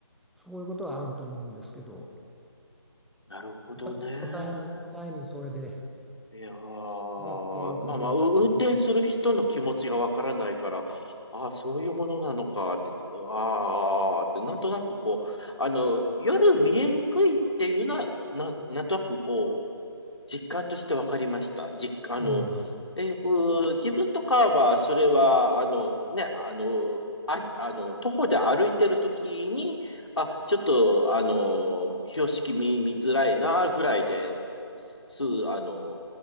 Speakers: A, in the centre; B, on the left (about 75°).
A: そういうことはあると思うんですけど
B: なるほどね。
A: 答答えに答えにそれで
B: いやー、
A: なっているかどうか分かりません。
B: まあまあ、う運転する人の気持ちがわからないから、ああ、そういうものなのかって、ああ、って、なんとなくこう、あの、夜見えにくいっていうのは、な、なんとなくこう、実感として分かりました。実、あの、
A: ええ
B: えーこう自分とかは、それは、あの、ね、あの、あ、あの、徒歩で歩いてるときに、あ、ちょっと、あの、標識見、見づらいな、ぐらいで、す、あの、